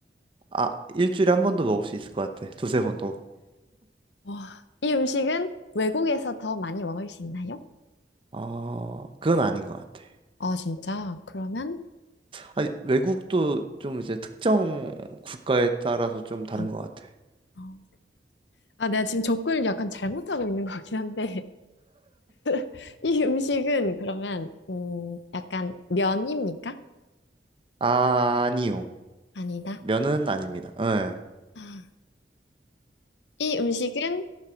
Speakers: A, on the right; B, on the left.
A: 아, 일주일에 한 번도 먹을 수 있을 것 같아. 두세 번도.
B: 와, 이 음식은 외국에서 더 많이 먹을 수 있나요?
A: 어, 그건 아닌 것 같아.
B: 아, 진짜? 그러면,
A: 아니, 외국도 좀 이제 특정 국가에 따라서 좀 다른
B: 어,
A: 것 같아.
B: 어. 아, 내가 지금 접근을 약간 잘못하고 있는 거긴 한데, <laughs> 이 음식은 그러면, 음, 약간 면입니까?
A: 아니요.
B: 아니다.
A: 면은 아닙니다. 예.
B: 아, 이 음식은,